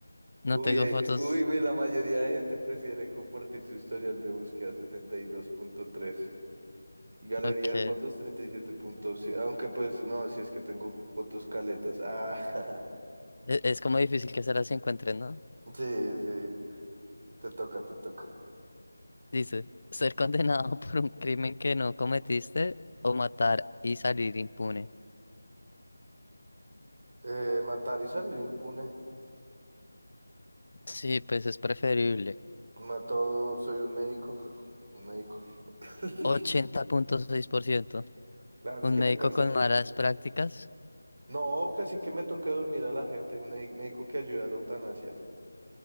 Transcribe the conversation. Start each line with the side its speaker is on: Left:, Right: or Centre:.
Left: No
Right: Uy,
Left: tengo
Right: eh,
Left: fotos.
Right: uy, me- la mayoría de gente prefiere compartir su historial de búsqueda sesenta Y dos punto tres Y Galería
Left: Ok.
Right: de
Left: E-
Right: fotos 37.7. Aunque pues no, si es que tengo fotos caletas. Ah, <laughs>
Left: Es, como difícil que se las encuentren, ¿no?
Right: Sí, sí, te toca, te toca.
Left: Dice, ser condenado <laughs> por un crimen que no cometiste o matar y salir impune.
Right: Eh, matar y salir impune.
Left: Sí, pues es preferible.
Right: Mató, soy un médico, un médico. <laughs>
Left: Ochenta punto seis por ciento.
Right: Claro,
Left: Un
Right: es que
Left: médico
Right: la cárcel
Left: con
Right: no.
Left: malas prácticas.
Right: No, que así que me toque dormir a la gente, un medi- médico que ayude a la eutanasia.